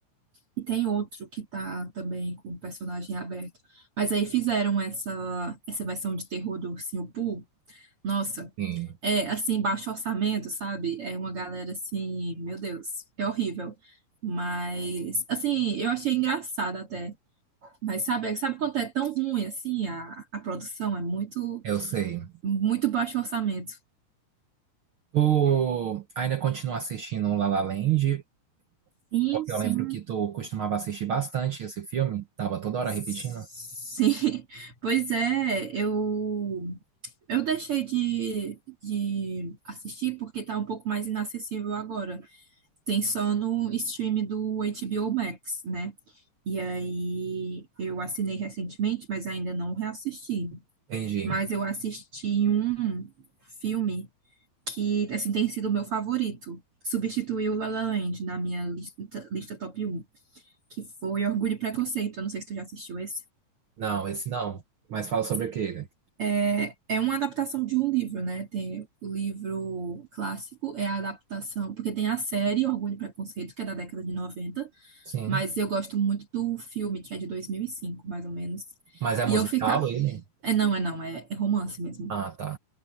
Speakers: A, on the right (about 40°); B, on the right (about 85°).
A: e tem outro que tá também com personagem aberto. Mas aí fizeram essa essa versão de terror do Ursinho Pooh. Nossa,
B: Sim,
A: é, assim, baixo orçamento, sabe? É uma galera assim, meu Deus, é horrível. Mas, assim, eu achei engraçado até. Mas sabe, sabe quando é tão ruim assim a, a produção? É muito,
B: eu sei.
A: muito baixo orçamento.
B: Tu ainda continua assistindo La La Land?
A: Sim,
B: Porque
A: sim.
B: eu lembro que tu costumava assistir bastante esse filme, tava toda hora
A: Sim.
B: repetindo.
A: <laughs> Pois é, eu, eu deixei de, de assistir porque tá um pouco mais inacessível agora. Tem só no stream do HBO Max, né? E aí eu assinei recentemente, mas ainda não reassisti.
B: Entendi.
A: Mas eu assisti um filme que assim tem sido o meu favorito. Substituiu o La La Land na minha lista, lista top um, que foi Orgulho e Preconceito. Eu não sei se tu já assistiu esse.
B: Não, esse não. Mas fala sobre o que ele?
A: É, é uma adaptação de um livro, né? Tem o livro clássico, é a adaptação, porque tem a série Orgulho e Preconceito, que é da década de 90,
B: Sim.
A: mas eu gosto muito do filme, que é de 2005, mais ou menos.
B: Mas é musical
A: E eu fica,
B: ele?
A: É, não, é não, é, é romance mesmo.
B: Ah, tá.